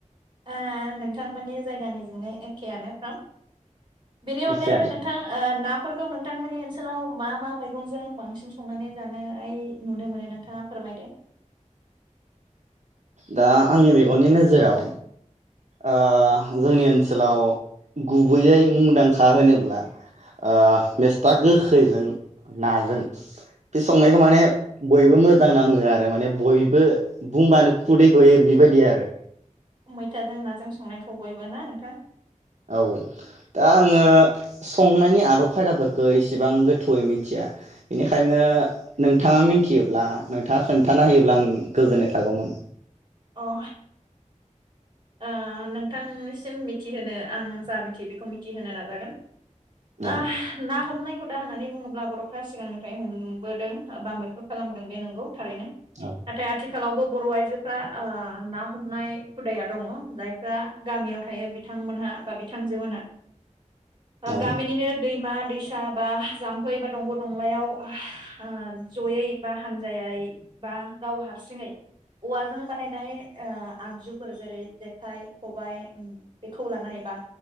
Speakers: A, on the right; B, on the right.
A: ओ नोंथांमोननि जायगानिजोंनो एखेआनो फ्राम बेनि
B: एखेयानो
A: अनगायैबो नोंथां ओ ना फोरखौ नोंथांमोननि ओनसोलाव मा मा मैगंजों बांसिन संनानै जानाय नुनो मोनो नोंथाङा फोरमायदो।
B: दा आंनि मेगननि नोजोराव ओ जोंनि ओनसोलाव गुबैयै मुंदांखा होनोब्ला ओ मैस्था गोखैजों नाजों बे संनायखौ माने बयबो मोजां नाङो आरो माने बयबो बुंबानो खुदै गयो बेबायदि आरो।
A: मैथाजों नाजों संनायखौ बयबो ना नोंथां?
B: औ दा आङो
A: अ
B: संनायनि आदब खायदाफोरखौ इसेबां गोथौयै मिथिया बेनिखायनो नोंथाङा मिथियोब्ला नोंथाङा खोन्थाना होयोब्ला आं गोजोननाय थागौमोन।
A: अ ओ। ओ नोंथांनिसिम मिथिहोनो आं जा मिथियो बेखौ मिथिहोनो नाजागोन। आ
B: औ
A: ना हमनाय हुदा होननानै बुङोब्ला बर'फ्रा सिगांनिफ्राय हमबोदों बा मैहुर खालामबोदों बे नंगौ। थारैनो नाथाय
B: औ
A: आथिखालाव आथिखालावबो बर' आइजोफ्रा ओ ना हमनाय हुदाया दङ जायफ्रा गामियाव थायो बिथांमोनहा बा बिथांजो मोनहा ओ
B: औ
A: गामिनिनो दैमा दैसा बा जाम्फै बा दंग' दंलायाव ओ जयै बा हानजायै बा गाव हारसिङै औवाजों बानायनाय आगजुफोरखौ जेरै जेखाइ खबाइ बेखौ लानानै बा